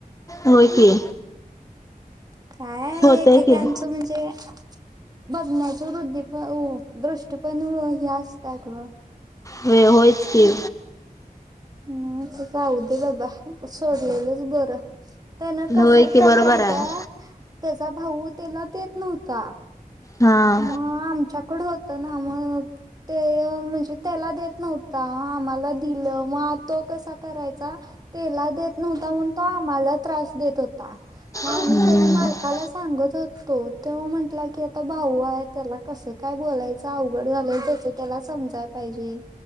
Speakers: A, on the left; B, on the right.
A: होय की
B: काय
A: होतय
B: एकेकांचं
A: की
B: म्हणजे. बघण्याच वृद्धी पण दृष्टीपण हे असत्याग.
A: वे होयच की.
B: म अस जाह दे बाबा सोडलेलंच बरं. त्यान कसं
A: होय की
B: केलं
A: बरोबर
B: माहित
A: आहे
B: हाय. त्याचा भाऊ त्याला देत नव्हता.
A: हा
B: मग आमच्याकडून. तना मग ते ते म्हणजे त्याला देत नव्हता. मला दिलं म तो आता कसा करायचा. तेला देत नव्हता म्हणून तो आम्हाला त्रास देत होता. मग आम्ही
A: हम्म
B: तरी मालकाला सांगत होतो त्यो म्हंटला की आता भाऊ हाय. त्याला कसं काय बोलायचं अवघड झालंय त्याच त्याला समजायला पाहिजे.